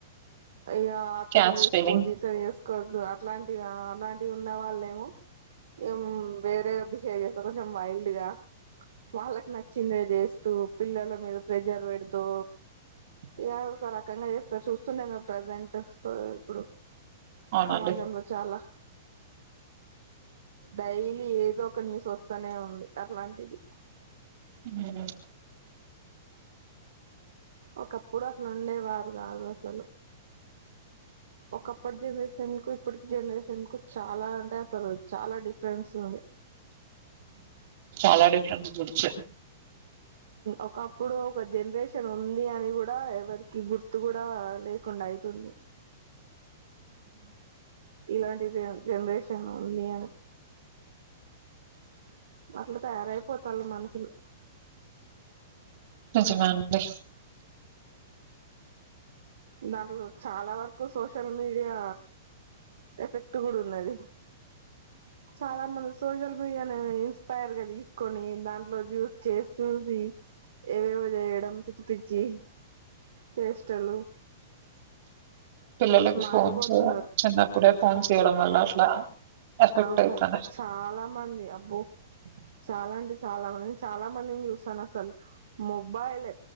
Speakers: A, on the right; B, on the right.
A: అయ్య ఆ
B: క్యాస్ట్
A: తన వేసుకోద్
B: ఫీలింగ్
A: ఈతర ఎేస్ కొద్ అట్లాంటివి అలాంటివి ఉన్న వాళ్ళ ఏమో ఏం వేరేగా బిహేవ్ చేస్తారు కొంచెం వైల్డ్ గా వాళ్ళకి నచ్చిందే చేస్తూ పిల్లల మీద ప్రెజర్ పెడుతూ ఇక ఒక రకంగా చేస్తారు చూ స్తుున్నాంగా ప్రెసెంట్ ఇప్పుడు
B: అవునండి
A: సమాజంలో చాలా డైలీ ఏదో ఒక న్యూస్ వస్తానే ఉంది అట్లాంటిది
B: హ
A: ఒకప్పుడు అసలు ఉండేవారు కాదు అసలు ఒకప్పటి జనరేషన్ కు ఇప్పటికి జనరేషన్ కు చాలా అంటే అసలు చాలా డిఫరెన్స్ ఉంది
B: చాలా డిఫరెన్స్ బుక్స్
A: ఒకప్పుడు ఒక జనరేషన్ ఉంది అని కూడా ఎవరికి గుర్తు కూడా లేదు ఉయి తుంది ఇలాంటి జన్ జనరేషన్ నీయ అట్లా తయారయిపోతన్ మనుషులు
B: నిజమె అన్ని
A: దాంట్లో చాలా వరకు సోషల్ మీడియా ఎఫెక్ట్ కూడా ఉన్నది. చాలా మంస్ సోషల్ మీడియా నేను ఇన్స్పైర్ గా తీసుకొని దాంట్లో జూస్ చేస్ చూసి, ఏవేవో చేయడం పిచ్చి పిచ్చి చేష్టలు
B: పిల్లలకి
A: మారిపోతున్నారు
B: ఫోన్స్, చిన్నప్పుడే ఫోన్ చేయడం వల్ల అట్లా ఎఫెక్ట్
A: అవును
B: అయితది.
A: చాలా మంది అబ్బో చాలా అంటె చాలామందిని, చాలా మందిని చూస్సాన అస్సల్, మొబైలే